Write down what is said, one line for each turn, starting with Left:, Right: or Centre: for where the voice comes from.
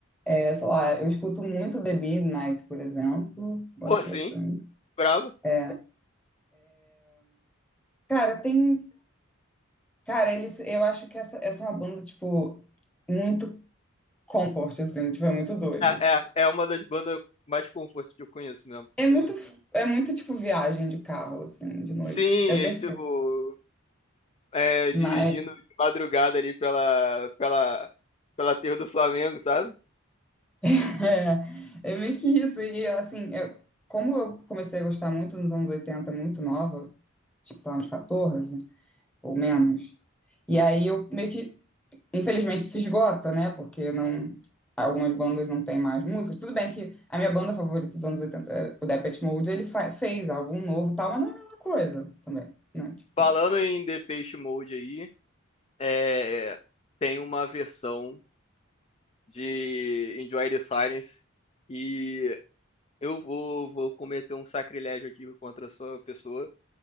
Centre: é, sei lá, eu escuto muito The Midnight, por exemplo. Gosto
Left: Pô, sim,
Centre: bastante.
Left: bravo.
Centre: É. Cara, tem. Cara, eles, eu acho que essa, essa é uma banda, tipo, muito comfort, assim, tipo, é muito doido.
Left: É, é, é uma das bandas mais comfort que eu conheço mesmo.
Centre: É muito, é muito, tipo, viagem de carro, assim, de noite.
Left: Sim,
Centre: É perfeito.
Left: é tipo, é,
Centre: Mas
Left: dirigindo de madrugada ali pela, pela, pela terra do Flamengo, sabe?
Centre: <laughs> é, é meio que isso. E assim, eu- como eu comecei a gostar muito nos anos 80, muito nova, tipo, sei lá, uns 14 ou menos, E aí eu meio que, infelizmente, se esgota, né? Porque não, algumas bandas não têm mais músicas. Tudo bem que a minha banda favorita dos anos 80, é o Depeche Mode, ele fa- fez álbum novo e tal, mas não é a mesma coisa também, né? Tipo,
Left: Falando em Depeche Mode aí, é, tem uma versão de Enjoy the Silence e Eu vou, vou cometer um sacrilégio aqui contra a sua pessoa.